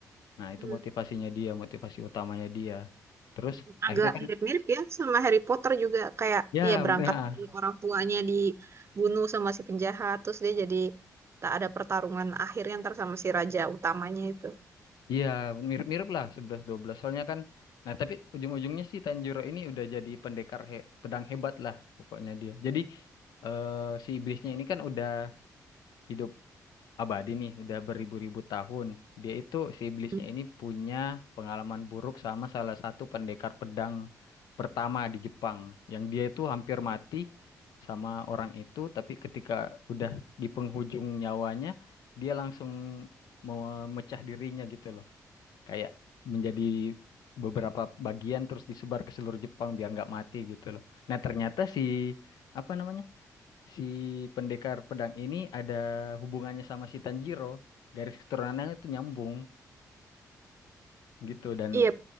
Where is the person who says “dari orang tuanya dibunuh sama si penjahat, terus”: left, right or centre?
Right